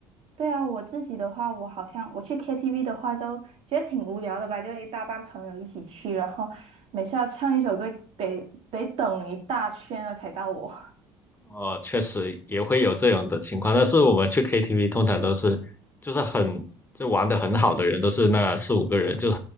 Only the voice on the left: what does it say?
哦，确实也会有这种的情况。但是我们去 KTV 通常都是，就是很，就玩的很好的人，都是那四五个人，就